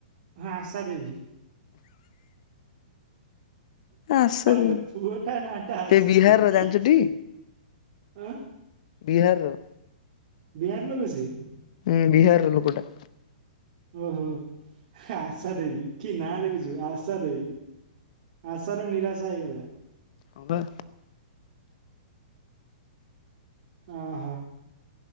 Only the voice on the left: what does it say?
ଆଶା
ଦେବୀ
ସେ ବିହାରର
ଜାଣିଛୁଟି
ବିହାରର।
ହୁଁ ବିହାରର ଲୋକଟା।
ହୁଁ
ହଁ ବା।